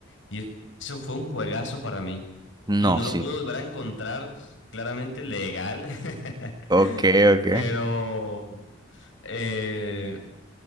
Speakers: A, on the left (about 65°); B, on the right (about 20°).
A: y es- eso fue un juegazo para mí.
B: No,
A: Y no
B: sí.
A: lo pude volver a encontrar claramente legal, <laughs>
B: Ok, ok.
A: pero eh,